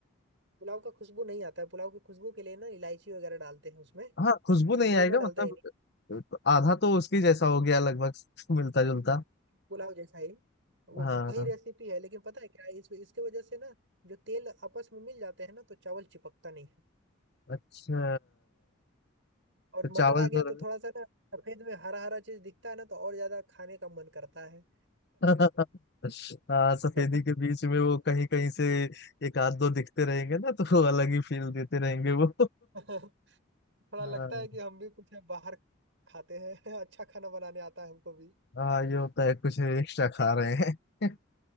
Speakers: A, on the right (about 60°); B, on the left (about 50°).
A: पुलाव का खुशबू नहीं आता है पुलाव की खुशबू के लिए ना इलायची वगैरह डालते हैं उसमें
B: हाँ खुशबू नहीं
A: वो
B: आएगा
A: मैं डालता
B: मतलब
A: ही नहीं
B: तो आधा तो उसकी जैसा हो गया लगभग <laughs> मिलता जुलता
A: पुलाव जैसा ही वो
B: हाँ
A: वही रेसिपी है लेकिन पता है क्या इस इसके वजह से ना जो तेल आपस में मिल जाते हैं ना तो चावल चिपकता नहीं है
B: अच्छा
A: और
B: तो चावल
A: मटर आ गया
B: जो
A: तो थोड़ा सा ना सफेद में हरा हरा चीज दिखता है ना तो और ज्यादा खाने का मन करता है
B: <laughs> हाँ सफेदी
A: <laughs>
B: के बीच में वो कहीं कहीं से एक आध दो दिखते रहेंगे ना तो वो अलग ही फील देते रहेंगे वो
A: थोड़ा
B: हाँ
A: लगता है कि हम भी कुछ बाहर खाते हैं <laughs> अच्छा खाना बनाने आता है हमको भी
B: हाँ, ये होता है कुछ एक्स्ट्रा खा रहे हैं <laughs>